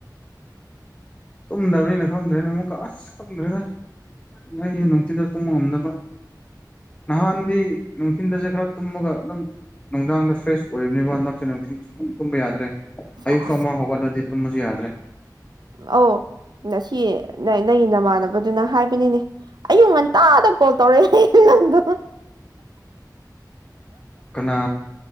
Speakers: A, on the left (about 20°); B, on the right (about 70°).
A: ꯇꯨꯝꯗꯕꯅꯤꯅ ꯈꯪꯗ꯭ꯔꯦꯅꯦ ꯑꯃꯨꯛꯀ ꯑꯁ ꯈꯪꯗ꯭ꯔꯦꯗ ꯏꯌꯥꯅꯤ ꯅꯨꯡꯊꯤꯟꯗ ꯇꯨꯝꯕ ꯉꯝꯅꯕ ꯅꯍꯥꯟꯗꯤ ꯅꯨꯡꯊꯤꯟꯗꯁꯦ ꯈꯔ ꯇꯨꯝꯃꯒ ꯑꯗꯨꯝ ꯅꯨꯡꯗꯥꯡꯗ ꯐ꯭ꯔꯦꯁ ꯑꯣꯏꯕꯅꯤꯕ ꯍꯟꯗꯛꯁꯦ ꯅꯨꯡꯊꯤꯟ ꯁꯨ ꯄꯨꯡ ꯇꯨꯝꯕ ꯌꯥꯗ꯭ꯔꯦ
B: ꯁꯦꯁ
A: ꯑꯌꯨꯛꯁꯨ ꯑꯃꯥ ꯍꯧꯒꯠꯂꯗꯤ ꯇꯨꯝꯕꯁꯨ ꯌꯥꯗ꯭ꯔꯦ
B: ꯑꯧ ꯅꯁꯤ ꯅꯪꯒꯤ ꯅꯃꯥꯟꯅꯕꯗꯨꯅ ꯍꯥꯏꯕꯅꯤꯅꯦ ꯑꯌꯨꯛ ꯉꯟꯇꯥꯗ ꯀꯣꯜ ꯇꯧꯔꯛꯑꯦ ꯅꯪꯗꯣ
A: <inaudible> ꯀꯅꯥ